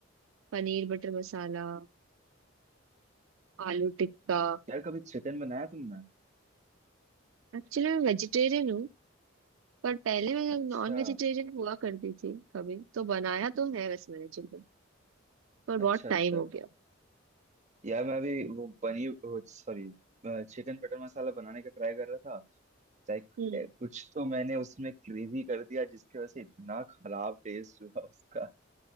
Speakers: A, on the right; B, on the right.
A: पनीर बटर मसाला आलू टिक्का
B: यार कभी चिकन बनाया तुमने
A: एक्चुअली मैं वेजिटेरियन हूँ पर पहले मैं
B: अच्छा
A: नॉन वेजिटेरियन हुआ करती थी कभी तो बनाया तो है वैसे मैंने चिकन पर बहुत
B: अच्छा अच्छा
A: टाइम हो गया
B: यार मैं अभी वो paneer sorry chicken butter masala बनाने का ट्राई कर रहा था लाइक
A: हम्म
B: कुछ तो मैंने उसमें क्रेजी कर दिया जिसकी वजह से इतना खराब टेस्ट हुआ उसका